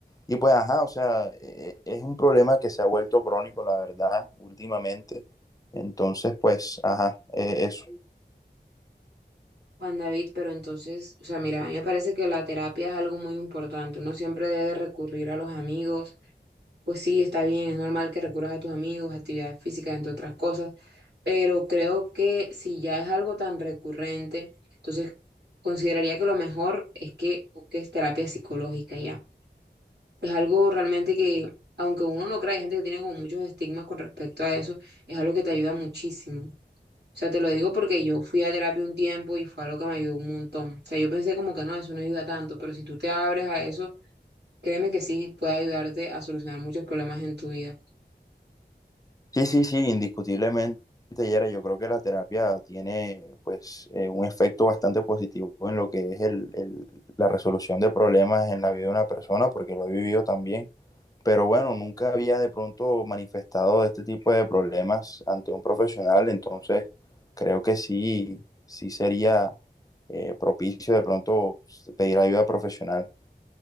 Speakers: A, on the left; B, on the right.
A: Y pues, ajá, o sea, e- es un problema que se ha vuelto crónico, la verdad, últimamente. Entonces, pues, ajá, eh, eso.
B: Juan David, pero entonces, o sea, mira, a mí me parece que la terapia es algo muy importante. Uno siempre debe recurrir a los amigos pues sí, está bien, es normal que recurras a tus amigos, actividades físicas, entre otras cosas, pero creo que si ya es algo tan recurrente, entonces consideraría que lo mejor es que busques terapia psicológica ya. Es algo realmente que, aunque uno no crea, hay gente que tiene como muchos estigmas con respecto a eso, es algo que te ayuda muchísimo. O sea, te lo digo porque yo fui a terapia un tiempo y fue algo que me ayudó un montón. O sea, yo pensé como que no, eso no ayuda tanto, pero si tú te abres a eso, créeme que sí puede ayudarte a solucionar muchos problemas en tu vida.
A: Sí, sí, sí, indiscutiblemente, Yera, yo creo que la terapia tiene pues eh, un efecto bastante positivo en lo que es el, el- la resolución de problemas en la vida de una persona, porque lo he vivido también. Pero bueno, nunca había de pronto manifestado este tipo de problemas ante un profesional, entonces creo que sí, sí sería eh, propicio de pronto pedir ayuda profesional.